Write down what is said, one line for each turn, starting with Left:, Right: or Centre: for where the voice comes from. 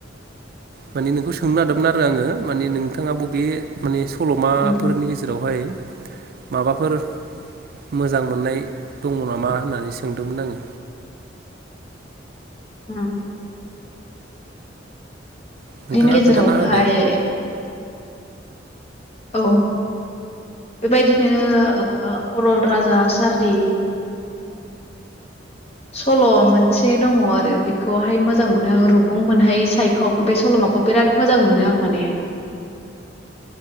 Right: माने नोंखौ सोंनो नागिरदोंमोन आरो आङो माने नोंथाङा बबे माने। सल'माफोरनि
Left: उम उम
Right: गेजेरावहाय। माबाफोर मोजां मोननाय दङ नामा होननानै सोंदोंमोन आङो।
Left: उम।
Right: नोंथाङा
Left: बिनि गेजराव
Right: खोन्थाना होदो
Left: हाय। औ बेबायदिनो ओ अरन राजा सारदि सल' मोनसे दङ आरो बेखौहाय मोजां मोनो आं रुगुं मोनहाय सायख' बे सल'माखौ बिराद मोजां मोनो आं माने।